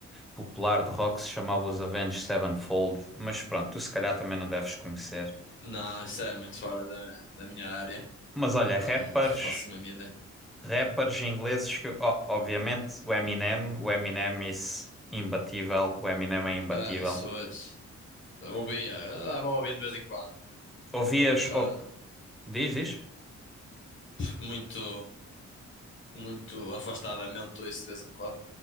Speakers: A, in the centre; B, on the left.
A: popular de rock que se chamava os Avenged Sevenfold, mas pronto, tu se calhar também não deves conhecer.
B: Não, isso é muito fora da, da minha área.
A: Mas olha,
B: Pá,
A: rappers.
B: não faço a mesma ideia.
A: Rappers ingleses que, ó, obviamente, o Eminem, o Eminem is imbatível, o Eminem é imbatível.
B: Já, isso hoje. Ouvia, ah, vou ouvindo de vez em quando.
A: Ouvias,
B: Muito raramente,
A: ou- diz, diz?
B: muito, muito afastadamente ouço de vez em quando.